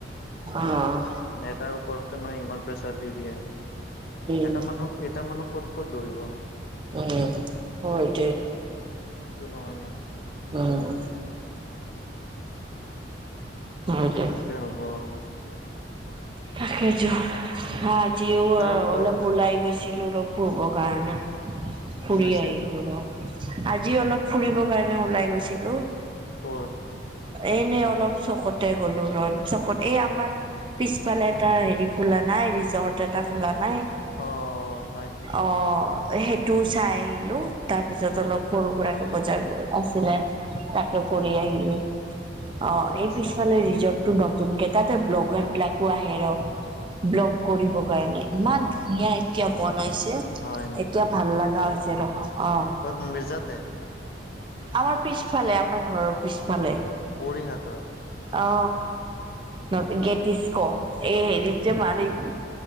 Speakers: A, on the right; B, on the left.
A: অ
B: এটাৰ ওপৰতে মানে ইমান প্ৰেছাৰ দি দিয়ে।
A: উম,
B: এটা মানুহক এটা মানুহ ক'ত ক'ত দৌৰিব।
A: উম হয় এইটোৱে।
B: এটো নহয় ন।
A: উম। হয় দে
B: কি যে হ'ব
A: তাকে টো যিও
B: আৰু কওক
A: অলপ ওলাই গৈছিলোঁ অলপ ফোৰব কাৰণে। ফুৰি
B: কি কৈছে
A: আহিলো ৰ। আজি অলপ ফুৰিব কাৰণে ওলাই গৈছিলোঁ।
B: কত?
A: এনেই অলপ চকতে গলো ৰদ চকত। এই আমাৰ- পিছফালে এটা হেৰি খোলা নাই, ৰিজৰ্ট এটা খোলা নাই।
B: অ হয়।
A: অ সেইটোও চাই আহিলো তাৰপিছত অলপ সৰু সুৰাকে বজাৰ আছিলে। তাকে
B: আচ্ছা
A: কৰি আহিলো অ
B: ঠিকেই
A: এই-
B: আছে
A: পিছফালে ৰিজৰ্টটো নতুন কে তাতে ব্লগাৰবিলাকো আহে ৰ, ব্লগ কৰিব কাৰণে ইমান ধুনীয়া এতিয়া বনাইছে
B: হয় নেকি
A: এতিয়া ভাল লগা- হৈছে ৰ' অ।
B: ক'ত ব্ৰিজটে।
A: আমাৰ পিছফালে, আমাৰ ঘৰৰ পিছফালে।
B: বঢ়ী হাতত।
A: অ নট
B: আচ্ছা
A: গেটিস্ক এই হেৰিতে মাৰিম।